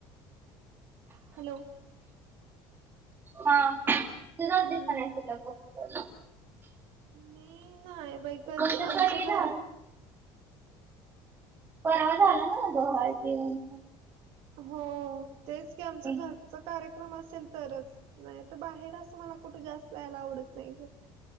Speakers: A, on the right; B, on the right.
A: हॅलो.
B: हा तुझाच
A: हम्म
B: <inaudible>
A: मी नाही बाई कधी
B: तुमचं
A: आमच्या
B: परवी
A: घर
B: झालं परवा झालं ना डोहाळे जेवण?
A: हो तेच की आमचं
B: ते.
A: घरचा कार्यक्रम असेल तरच. नाही तर बाहेर असं मला कुठे जास्त जायला आवडत नाही.